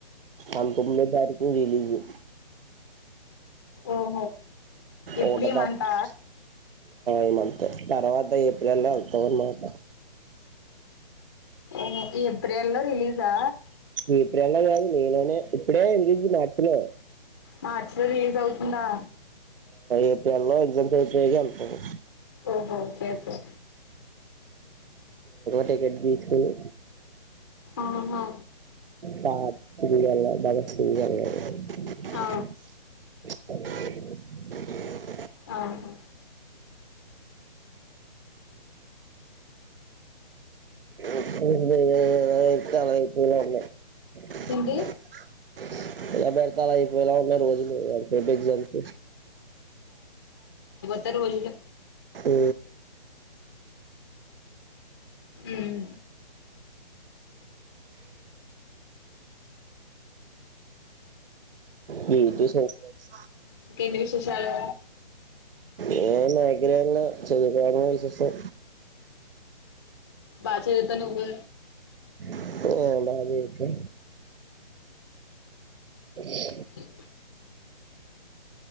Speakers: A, on the right; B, on the left.
A: అకు జారి రిలీజ్ అ
B: ఓహో ఎప్పుడ
A: ఒకటో
B: ఈ
A: తారీఖు
B: మంత్
A: ఈ మంత తర్వాత ఏప్రిల్ లో అత మాట
B: ఓహో ఏప్రిెల్ లో రిలీజా
A: ఏప్రిల్ లో కాదు నీలోనే ఇప్పుడే రిలీజ్ మార్చిలో
B: మార్చ్ లో రిలీజ్ అవుతుందా
A: ఏప్రిల్ లో ఎగ్జామ్స్ అయిపో అా
B: ఓహో ఓకే ఓకే
A: టెకెట్ ద తీసుకొని
B: ఆహా
A: పా శ గవా <unintelligible> బదే <unintelligible>
B: ఆ
A: <inaudible>
B: అవును
A: ఇప్పుడు ఇస్తాబై కూలర్ లు అన్న <unintelligible>
B: ఏంటి
A: ఎ బెర్థాలయి వేళ ఉన్నా రోజులు మిడ్ ఎక్జామ్ కి
B: కొత్త రోజులు
A: ఊ
B: ఉమ్
A: మీటిస్ వస్తాయి
B: ఏంటి విశేషాలు
A: ఏ నా దగ్గర ఏం లేదు చదుకో విశేషం
B: బా చదువుతావు నువ్వు
A: ఉమ్ బాగా చదువుతా ఇష్
B: అ